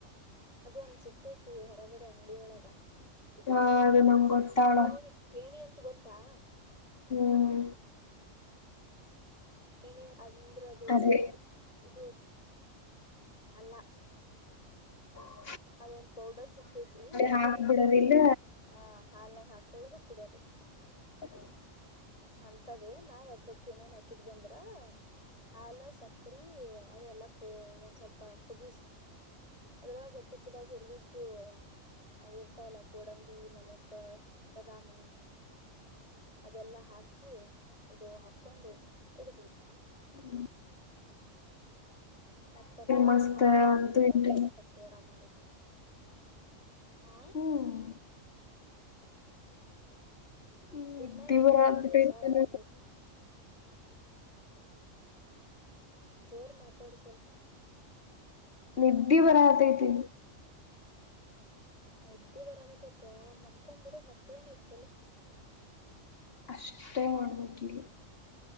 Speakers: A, on the left; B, on the left.
A: ಅದು ಒಂದ್ ಸಿಗ್ತೈತಿ ಹೊರಗಡೆ ಅಂಗಡಿಯ ಒಳಗ
B: ಹ ಅದು ನಮ್ಗ್ ಗೊತ್ತಾಳ
A: ಪೇಣಿ ಪೇಣಿ ಅಂತ ಗೊತ್ತ ತ್ತಾ
B: ಹ್ಮ್
A: ಇನ ಅಂದ್ರದು
B: ಅದೇ
A: ಇದು ಅಲ್ಲ
B: ಹೌ
A: ಅದೊಂದ್ ಪೌಡರ್ ಸಿಕ್ತತಿ
B: ಹಾಕ್ ಬಿಡೋದಿಲ್ಲ
A: ಆ ಹಾಲನೆಾಗ ಹಾ ಒೊಳುದು ಕೂಡದು
B: ಅದ
A: ಅಂತದೇ ನಾವ್ ಅದ ಅಕ್ಕೆ ಏನೇನ್ ಹಾಕಿದ್ವಿ ಅಂದ್ರ ಹಾಾಲ ಸಕರೆ ಅದೆಲ್ಲ ಒಂದ್ ಸ್ವಲ್ಪ ಕುುದ ಅದ್ರೊಳಗೆ ತುಪ್ಪದಾಗ ಹುರಿದಿದ್ದು ಅವ ಇರ್ತಾವಲ್ಲ ಗೋಡಂಬಿ ಮಲಕ ಬಾದಾಮಿ ಅದೆಲ್ಲಾ ಹಾಕಿ ಇದು ಹಾಕ್ಕೊಂಡು ಕುಡಿದ್ವಿ
B: ಹ್ಮ
A: ಮತ್ತ ಬಾಜು
B: ಮಸ್ತ್
A: ಖಾರ ಖಾರ
B: ಅಂತೂ
A: ಬೇಕಲ್ವಾ
B: ಇಂತೂ
A: ಬ್ರೆಡ್ ಪಕೋಡಾ ಮಾಡಿದ್ವಿ ಹಾ
B: ಹ್ಮ್ ಹ್ಮ್
A: ದಿನ
B: ಇದ್ದೀಿವ
A: ಏನಾರ
B: ಆಗ್ಬಿಟ್ರಿ
A: ಒಂದ್ ಹೊಸ
B: ನನ
A: ತಿನ್ಬೇಕು ಜೋರ್ ಮಾತಾಡು ಸ್ವಲ್ಪ
B: ನಿದ್ದಿ ಬರಹತೆತ್ತಿ
A: ನದ್ದೆ ಬರಾಗತೈತೆ ಮಕ್ಕೊ್ಬಿಡು ಮತ್ತ ಏನ ಐತಿ
B: ಅಷ್ಟೇ ಹಕಿಲಾ